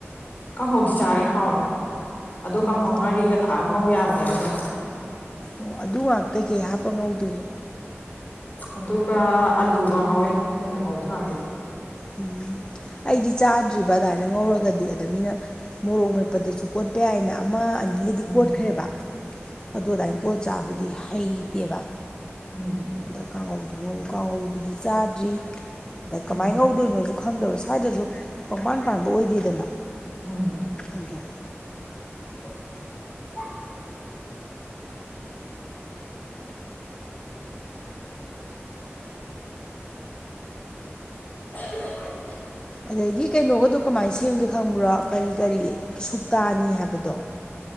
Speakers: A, on the left; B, on the left.
A: ꯀꯥꯡꯍꯧꯗꯤ ꯆꯥꯔꯦ ꯍꯥꯎꯋꯦ ꯑꯗꯣ
B: ꯎꯝ
A: ꯀꯥꯡꯍꯧ ꯉꯥꯔꯤꯒ ꯊꯥꯛ ꯉꯧ ꯌꯥ ꯃꯅꯦꯕꯗꯨꯝ
B: ꯑꯣ ꯑꯗꯨ ꯉꯥꯛꯇꯀꯩ ꯍꯥꯞꯄ ꯉꯧꯗꯣꯏꯅꯣ꯫
A: ꯑꯗꯨꯒ ꯑꯂꯨꯒ ꯉꯧꯋꯦ ꯑꯈꯣꯏꯅ ꯉꯧꯕ ꯀꯥꯟꯗꯗꯤ꯫
B: ꯎꯝ ꯑꯩꯗꯤ ꯆꯥꯗ꯭ꯔꯤꯕ ꯑꯗꯨꯃꯥꯏꯅ ꯉꯧꯔꯒꯗꯤ ꯑꯗ ꯃꯤꯅ ꯃꯣꯔꯣꯛ ꯃꯦꯄꯗꯁꯨ ꯀꯣꯠꯄ ꯌꯥꯏꯅ ꯑꯃ ꯒꯗꯤ
A: ꯎꯝ
B: ꯀꯣꯠꯈ꯭ꯔꯦꯕ ꯑꯗꯨ ꯑꯗꯥꯏꯅ ꯀꯣꯜ ꯆꯥꯗꯨꯗꯤ ꯍꯩꯇꯦꯕ꯫
A: ꯎꯝ
B: ꯑꯗ ꯀꯥꯡꯉꯧꯗꯨ ꯉꯧ ꯀꯥꯡꯉꯧꯗꯨꯗꯤ ꯆꯥꯗ꯭ꯔꯤ ꯑꯗ ꯀꯃꯥꯏꯅ
A: ꯎꯝ
B: ꯉꯧ ꯁꯨ ꯈꯪꯗꯕ ꯁ꯭ꯋꯥꯏꯗꯁꯨ ꯃꯪꯄꯥꯟ ꯄꯥꯟꯕ ꯑꯣꯏꯗꯦꯗꯅ꯫
A: ꯎꯝ
B: ꯑꯗꫭ
A: <unintelligible> <unintelligible>
B: ꯑꯗꯒꯤ ꯀꯩꯅꯣꯒꯗꯣ ꯀꯃꯥꯏꯅ ꯁꯦꯝꯒꯦ ꯈꯪꯕ꯭ꯔꯣ ꯀꯔꯤ-ꯀꯔꯤ ꯁꯨꯛꯇꯥꯅꯤ ꯍꯥꯏꯕꯗꯣ꯫ <unintelligible>